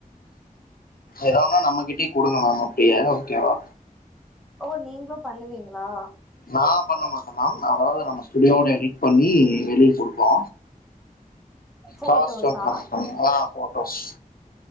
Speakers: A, on the left; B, in the centre.
A: எதுவுன்னா நம்மகிட்டயே குடுங்க மேம் ஓகேயா ஓகேவா
B: ஓ நீங்களு பண்ணுவீங்களா
A: நா பண்ண மாட்டோமேம் அதாவது நம்ம ஸ்டுடியோட எடிட் பண்ணி வெளிய கொடுப்போ
B: போட்டோஸா
A: காஸ்ட் கம்மி பண்ணுங்ளா அப்ப ஓகே பஸ்